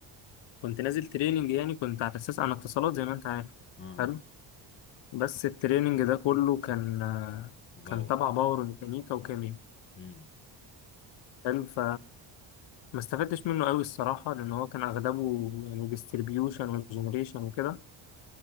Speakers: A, on the left; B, on the left.
A: كنت نازل تريننج يعني كنت على اساس انا اتصالات زي ما انت عارف
B: اه اه
A: حلو بس التريننج ده كله كان
B: باور
A: كان تبع باور وميكانيكا وكيمياء
B: امم
A: حلو ف ما استفدتش منه قوي الصراحه لان هو كان اغلبه يعني ديستريبيوشن وجنريشن وكده